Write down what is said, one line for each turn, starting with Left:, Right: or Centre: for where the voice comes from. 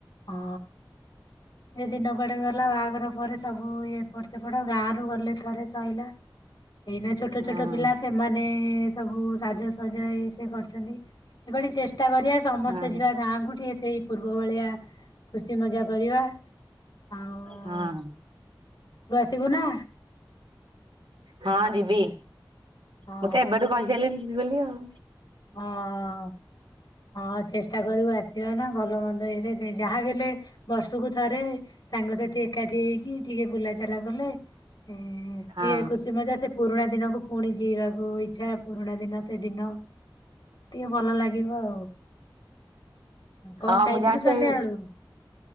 Left: ଆ ସେ ଦିନ କଆଡେ ଗଲା ବାହାଘର ପରେ ସବୁ ଇ ଏପଟ ସେପଟ ଗାଁ ରରୁ ଗଲେ ଥରେ ସରିଲା। ଏଇନା ଛୋଟ
Right: ହଁ
Left: ଛୋଟ ପିଲା ସେମାନେ ସବୁ ସାଜସଜା। ସେ କରିଛନ୍ତି ସେପଟ ଚେଷ୍ଟା କରିବା ସମସ୍ତେ
Right: ହଁ
Left: ଯିବା ଗାଁକୁ ଟିକେ ସେଇ ପୂର୍ବ ଭଳିଆ। ଖୁସି ମଜା କରିବା। ଆଉ
Right: ହଁ
Left: ତୁ ଆସିବୁ ନା?
Right: ହଁ ଯିବି।
Left: ହଁ
Right: ମୁଁ ତ ଏବେଠୁ କହିସାରିଲିଣି ଯିବି ବୋଲି ଆଉ।
Left: ହଁ ହଁ ଚେଷ୍ଟା କରିବୁ ଆସିବା ନା ଭଲ ମନ୍ଦ ଇଲେ ଯାହା ବି ହେଲେ ବର୍ଷକୁ ଥରେ ତାଙ୍କ ସାଥି ଏକାଠି ହେଇକି ଟିକେ ବୁଲାଚାଲା କଲେ ହଁ ଟିକେ
Right: ହଁ
Left: ଖୁସି ମଜା ସେ ପୁରୁଣା ଦିନକୁ ପୁଣି ଯିଇବାକୁ ଇଚ୍ଛା ପୁରୁଣା ଦିନ ସେଦିନ ଟିକେ ଭଲ ଲାଗିବ ଆଉ। କଣ
Right: ହଁ
Left: ଖାଇଥିଲୁ
Right: ମୁଁ ଜାଣିଛି
Left: ସନ୍ଧ୍ୟା
Right: ଏଇ
Left: ଆଳୁ?